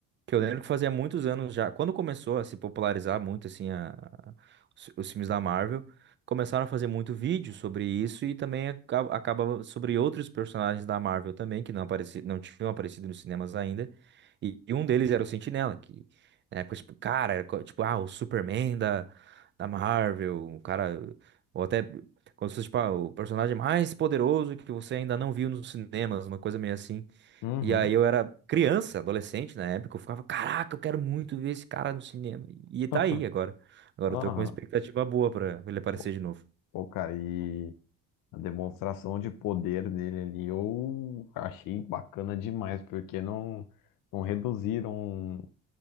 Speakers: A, on the right; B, on the left.
A: Que eu lembro que fazia muitos anos já, quando começou a se popularizar muito assim a- a- os, os filmes da Marvel, começaram a fazer muito vídeo sobre isso e também acaba, acaba sobre outros personagens da Marvel também que não apareci, não tinham aparecido nos cinemas ainda. E, e um deles era o Sentinela, que na época tipo, cara, era co- tipo, ah, o Superman da da Marvel, um cara ou até como se fosse tipo, ah, o personagem mais poderoso que você ainda não viu nos cinemas, uma coisa meio assim.
B: Uhum.
A: E aí eu era criança, adolescente na época, eu ficava, caraca, eu quero muito ver esse cara no cinema. E tá
B: <laughs>
A: aí agora. Agora
B: Aham.
A: eu tô com uma expectativa boa pra ele aparecer
B: Pô,
A: de novo.
B: pô, cara, e a demonstração de poder dele ali eu achei bacana demais, porque não, não reduziram